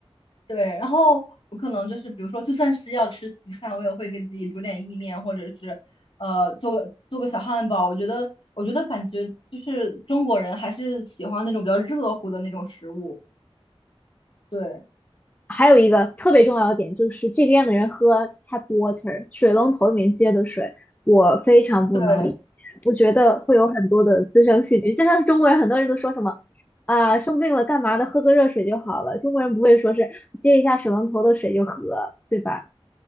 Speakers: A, on the left; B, on the left.
A: 对，然后我可能就是比如说，就算是要吃西餐，我也会给自己煮点意面，或者是呃做个做个小汉堡。我觉得，我觉得感觉就是中国人还是喜欢那种比较热乎的那种食物。对
B: 还有一个特别重要的点就是这边的人喝 tap water 水龙头里面接的水，我非常不能理解，
A: 对
B: 我觉得会有很多的滋生细菌。就像中国人，很多人都说什么啊、生病了干嘛的，喝个热水就好了。中国人不会说是接一下水龙头的水就喝，对吧？